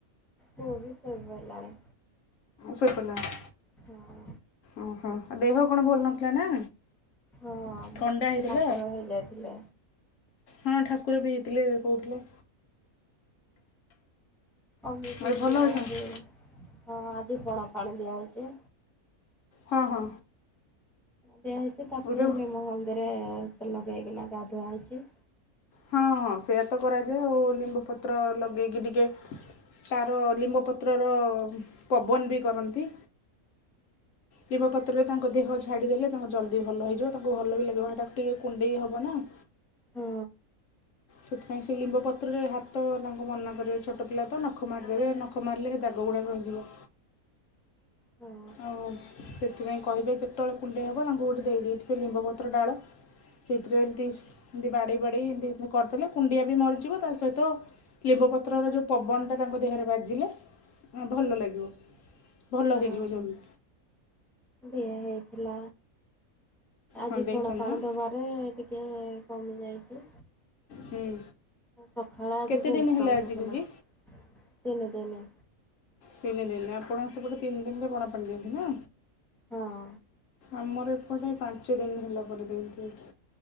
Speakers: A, in the centre; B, on the left.
A: ସେବି ଶୋଇ ପଡ଼ିଲାଣି
B: ଶୋଇପଡିଲେଣି
A: ହଁ
B: ଓହୋ ଆଉ ଦେହ କଣ ଭଲ ନଥିଲା ନା
A: ହଁ
B: ଥଣ୍ଡା ହେଇଥିଲା
A: ଠାକୁର ହେଇଯାଇଥିଲେ
B: ହଁ ଠାକୁର ବି ହେଇଥିଲେ କହୁଥିଲେ
A: ହ ମିିଛି
B: ଆଉ
A: ଟିକେ
B: ଭଲ ଅଛନ୍ତି
A: ଆଜି ହଁ ଆଜି ଫଣା ପାଣି ଦିଆହଉଛି
B: ହଁ ହଁ
A: ସେଆ ହେଇଛି ତାକୁ
B: ଏବେ
A: ନିମ ହଳଦୀରେ ଲଗେଇକିନା ଗାଧୁଆ ହେଇଛି
B: ହଁ ହଁ ସେଇୟା ତ କରାଯାଏ ଆଉ ଲିମ୍ବ ପତ୍ର ଲଗେଇକି ଟିକେ ତାର ନିମ ପତ୍ରର ପବନ ବି କରନ୍ତି। ନିମ ପତ୍ରରେ ତାଙ୍କ ଦେହ ଝାଡ଼ି ଦେଲେ ତାଙ୍କୁ ଜଲ୍ଦି ଭଲ ହେଇଯିବ ତାଙ୍କୁ ଭଲ ବି ଲାଗିବ ସେଟାକୁ ଟିକେ କୁଣ୍ଡେଇ ହବ ନା <inaudible>
A: ହଁ
B: ସେଥିପାଇଁ ସେ ଲିମ୍ବ ପତ୍ରରେ ହାତ ତାଙ୍କ ମନା କରିବ ଛୋଟ ପିଲା ତ ନଖ ମାରିଦେବେ ନଖ ମାରିଲେ ହେ ଦାଗ ଦାଗ ରହିଯିବ
A: ହଁ
B: ଆଉ ସେଥିପାଇଁ କହିବେ ଯେତେବେଳେ କୁଣ୍ଡେଇ ହେବ ତାଙ୍କୁ ଗୋଟେ ଦେଇ ଦେଇଥିବେ ଲିମ୍ବପତ୍ର ଡାଳ ସେଥିରେ ଏମତି ଏମତି ବାଡି ବାଡି ଏମତିତି କରିଦେଲେ କୁଣ୍ଡିଆ ବି ମରିଯିବ ତା ସହିତ ନିମ ପତ୍ରର ଯୋଉ ପବନଟା ତାଙ୍କ ଦେହରେ ବାଜିଲେ ଭଲ ଲାଗିବ। ଭଲ
A: ହଁ
B: ହେଇଯିବ ଜଲ୍ଦି
A: ଦିଆ ହେଇଥିଲା ଆଜି
B: ହଁ ଦେଇଛନ୍ତି
A: ପଣା ପାଣି
B: ନା
A: ଦବାରେ ଟିକେ ଟିକେ କମିଯାଇଛି
B: ହୁଁ
A: ସକାଳେ ଆଜି
B: କେତେ
A: ବହୁତ
B: ଦିନ ହେଲା
A: କାନ୍ଦୁଥିଲା
B: ଆଜିକୁ କି
A: ଦିନେ ଦିନେ
B: ତିନି ଦିନ ଆପଣ ସେପଟେ ତିନି ଦିନରେ ପଣା ପାଣି ଦିଅନ୍ତି ନା
A: ହଁ
B: ଆମର ଏପଟେ ପାଞ୍ଚ ଦିନ ଭଲ ପଡିଯାଇଛି